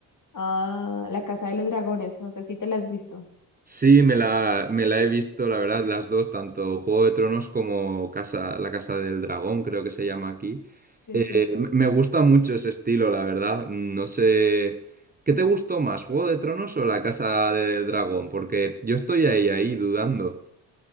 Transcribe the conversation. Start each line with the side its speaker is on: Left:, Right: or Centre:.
Left: ah, La Casa de los Dragones. No sé si te la has visto.
Right: Sí, me la, me la he visto, la verdad, las dos, tanto Juego de Tronos como Casa, La Casa del Dragón, creo que se llama aquí.
Left: Sí, sí.
Right: M- me gusta mucho ese estilo, la verdad. No sé, ¿qué te gustó más, Juego de Tronos o La Casa del Dragón? Porque yo estoy ahí, ahí dudando.